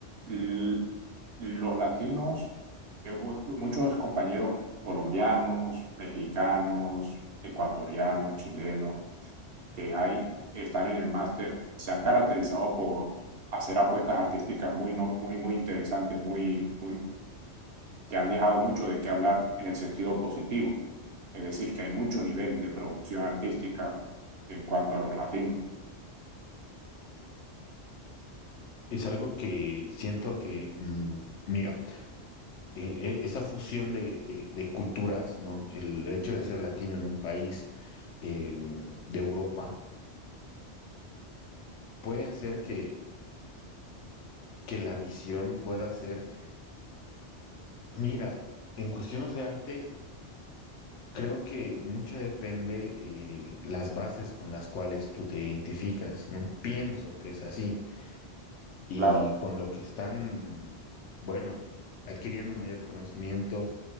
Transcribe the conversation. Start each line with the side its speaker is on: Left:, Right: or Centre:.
Right: l- los latinos, eh, u- muchos compañeros colombianos, mexicanos, ecuatorianos, chilenos, que hay, están en el máster, se han caracterizado por hacer apuestas artísticas muy, no- muy, muy interesantes, muy, muy, que han dejado mucho de qué hablar en el sentido positivo. Es decir, que hay mucho nivel de producción artística en cuanto a los latinos.
Left: Es algo que siento que, mm, mira, e- e- esa fusión de, de- de culturas, ¿no? El hecho de ser latino en un país eh, de Europa puede hacer que, que la visión pueda ser, mira, en cuestiones de arte. Creo que mucho depende eh, las bases con las cuales tú te identificas, ¿no? Pienso que es así. Y
Right: Claro,
Left: con lo que están, bueno, adquiriendo mayor conocimiento